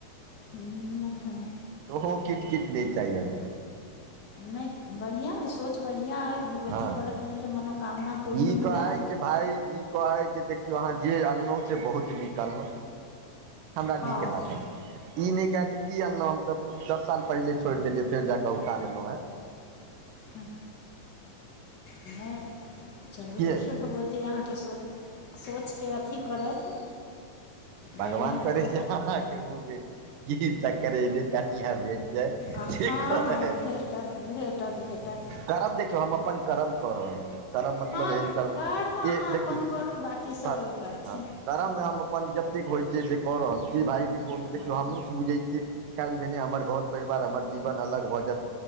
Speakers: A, on the left; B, on the right.
A: हुँ वैहे
B: तऽ ओहो किट किट नय चाही हमरा
A: नय बढ़ियाँ अइ सोच बढ़ियाँ अइ भगवती
B: हँ
A: करत अहाँके मनोकामना पूर्ण
B: ई
A: हुए।
B: कहै जे भाय ई कहै जे देखियौ अहाँ जे अनलौं से बहुत नीक अनलौं, हमरा
A: हँ
B: नीक लागल ई नय कहे जे की अनलौं हम तऽ दस साल पहिले छोड़ि देलियै फेर जा कऽ उठा लेलौं हेँ।
A: हँ नय चलू
B: के
A: देखियौ भगवती एते अहाँके सोच सोचके अथी करथि
B: भगवान
A: बढ़िआँ
B: करै
A: हुए
B: छै अहाँके मुँह मे घी सक्कर एहने कनियाँ भेट जाय
A: आ
B: जे
A: हँ
B: कहै।
A: हँ भेटत भेटत भेटत
B: करम देखियौ हम अपन करम कऽ रहल छी, करम मतलब
A: हँ
B: एहन करब
A: कर्म अहाँ
B: ए देखियौ
A: अपन करू बाँकी सभ
B: कर
A: ओ करथिन
B: हँ, करम हम अपन जतेक होइ छै जे कऽ रहल छी भाय जे कोन देखियौ
A: हँ
B: हमहूँ बुझै छियै। काइल भेने हमर घर परिवार हमर जीवन अलग भऽ जेत।